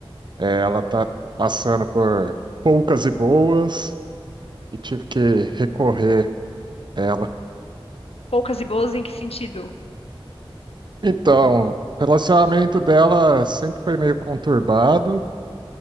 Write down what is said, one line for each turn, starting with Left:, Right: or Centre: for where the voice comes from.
Right: eh, ela tá passando por poucas e boas e tive que recorrer a ela.
Left: Poucas e boas em que sentido?
Right: Então, o relacionamento dela sempre foi meio conturbado